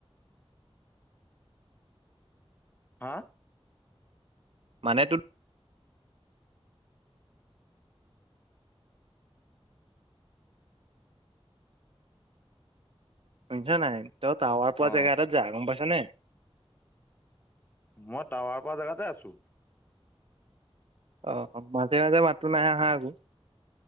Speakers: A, on the left; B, on the right.
A: হা
B: মানে ত শুনিছা নাই ত টাৱা পোৱা
A: অ
B: জেগা এটা যা গম পাইছ নে
A: মই টাৱাৰ পৰা জেগাতে আছো
B: অ অ মাজে মাজে মাতো নাই অহা আকৌ